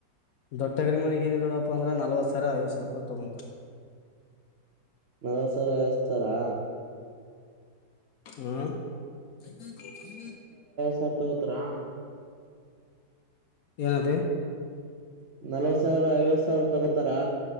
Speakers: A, on the left; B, on the right.
A: ದೊಟ್ಟಗರಿ ಮನ ಏನ ಇ ನೋಡಪ್ಪ ಅಂದ್ರ ನ ಹಲ್ವತ್ತು ಸ ಐವತ್ತು ಸ ರಪಿ ತಗೊಂತಾರೆ
B: ನಲವ ಸರ ಎತಾರಾ
A: ಹ್ಮ್ ಹ್ಮ್ ಹ್ಮ್
B: ಸರ್ತ ಉತ್ರರಣ
A: ಎನ್ನಾವೆ
B: ನಲ್ವತ್ ಸಾವಿರ ಐವತ್ತು ಸಾವಿರ ತಗೋತಾರಾ